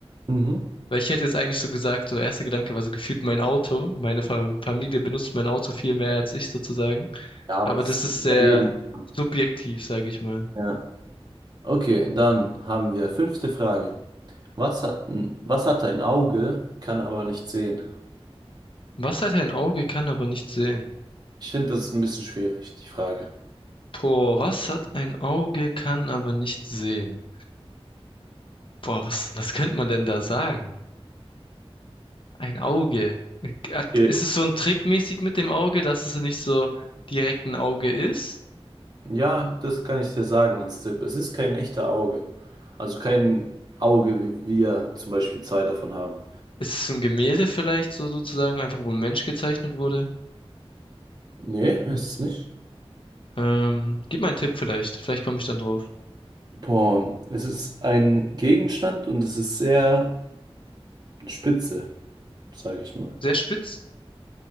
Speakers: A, on the right; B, on the left.
A: Mhm.
B: weil ich hätte jetzt eigentlich so gesagt, so erster Gedanke war so gefühlt mein Auto. Meine Fa- Familie benutzt mein Auto viel mehr als ich sozusagen.
A: Ja, aber
B: Aber
A: das
B: das
A: ist
B: ist sehr
A: bei jedem.
B: subjektiv, sage ich mal.
A: Ja. Okay, dann haben wir fünfte Frage. Was hat, ein- was hat ein Auge, kann aber nicht sehen?
B: Was hat ein Auge, kann aber nicht sehen?
A: Ich finde das ist ein bisschen schwierig, die Frage.
B: Boah, was hat ein Auge, kann aber nicht sehen? Boah, was, was könnte man denn da sagen? Ein Auge. Hat-
A: Okay.
B: Ist es so ein Trickmäßig mit dem Auge, dass es nicht so direkt ein Auge ist?
A: Ja, das kann ich dir sagen als Tipp. Es ist kein echter Auge. Also kein Auge, wie wir zum Beispiel zwei davon haben.
B: Ist es ein Gemälde vielleicht so sozusagen, einfach wo ein Mensch gezeichnet wurde?
A: Nee, ist es nicht.
B: Ähm, gib mal einen Tipp vielleicht. Vielleicht komme ich dann drauf.
A: Boah, es ist ein Gegenstand und es ist sehr spitze, sage ich mal.
B: Sehr spitz?